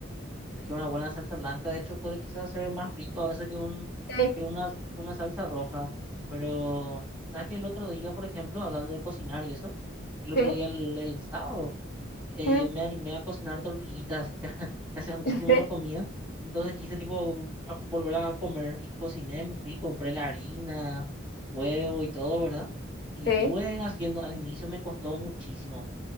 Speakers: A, in the centre; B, on the left.
A: Es que una buena salsa blanca, de hecho, puede quizás ser más rico a veces que, un,
B: Sí,
A: que una, una salsa roja. Pero, ¿sabes que El otro día, por ejemplo, hablando de cocinar y eso, el otro
B: sí,
A: día, el, el sábado, eh,
B: mm,
A: me animé a cocinar tortillitas, <laughs> que, que hace muchísimo
B: <laughs> sí,
A: no comía. Entonces quise tipo a- volver a comer y cociné, me fui, compré la harina, huevo y todo, ¿verdad? Y
B: sí.
A: estuve haciendo, al inicio me costó muchísimo,